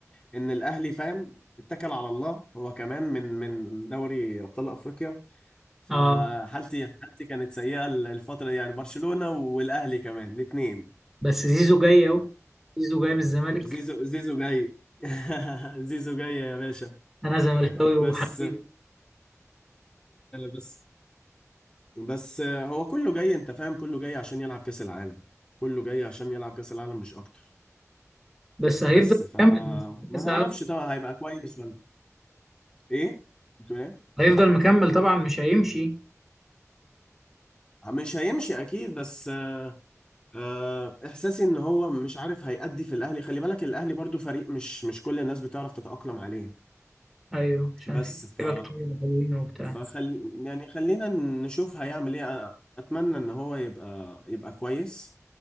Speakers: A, on the left; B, in the centre.
A: إن الأهلي فاهم اتكل على الله هو كمان من من دوري أبطال أفريقيا فحالتي
B: اه
A: حالتي كانت سيئة ال- الفترة دي يعني برشلونة والأهلي كمان الاتنين
B: بس زيزو جاي اهو زيزو جاي من الزمالك
A: زيزو زيزو جاي <laughs> زيزو جاي يا باشا
B: انا زملكاوي وحبيبي
A: بس بس بس هو كله جاي انت فاهم كله جاي عشان يلعب كأس العالم كله جاي عشان يلعب كأس العالم مش اكتر
B: بس هيفضل
A: بس ف
B: مكمل
A: ما
B: بس
A: نعرفش
B: على-
A: طبعا هيبقى كويس ولا ايه بتقول ايه
B: هيفضل مكمل طبعا مش هيمشي
A: آه، مش هيمشي اكيد بس آه، آه، احساسي ان هو مش عارف هيأدي في الاهلي خلي بالك الاهلي برضو فريق مش مش كل الناس بتعرف تتأقلم عليه
B: ايوه عشان
A: بس
B: في
A: ف
B: لعيبة كتير حلوين وبتاع
A: فخل يعني خلينا نشوف هيعمل ايه أ- اتمنى ان هو يبقى يبقى كويس